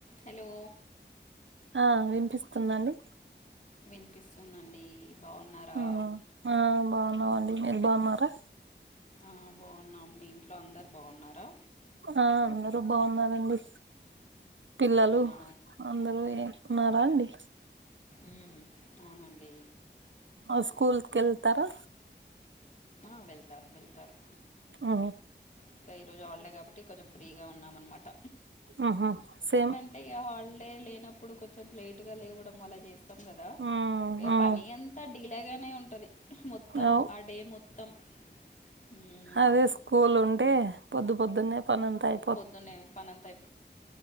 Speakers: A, on the left; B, on the right.
A: Hello
B: ఆ వినిపిస్తుందా అండి
A: వినిపిస్తుందండి బాగున్నారా
B: ఆ ఆ బాగున్నావండి మీరు బాగున్నారా
A: ఆ బాగున్నాం మీ ఇంట్లో అందరు బాగున్నారా
B: ఆ అందరూ బాగున్నారు అండి పిల్లలు
A: అవునా
B: అందరూ ఏకున్నారా అండి
A: ఉమ్ అవునండి
B: ఆ స్కూల్ కి వెళ్తారా
A: ఆ వెళ్తారు వెళ్తారు
B: ఆ
A: ఇంకా ఈ రోజు హాలిడే కాబట్టి కొంచెం ఫ్రీగా ఉన్నము అన్నమాట
B: ఆహా సేమ్
A: అంటే ఇక హాలిడే లేనప్పుడు కొంచెం లేట్ గా లేవడం అలా చే స్తం కదా
B: ఉమ్,
A: ఇక
B: ఉమ్,
A: పని అంతా డిలేగానే ఉంటది మొత్తము
B: అవ్.
A: ఆ డే మొత్తం మ్మ్
B: అదే స్కూల్ ఉంటే పొద్దు పొద్దున్నే పనంత అయి
A: పొద్దున్నే పనంత అయి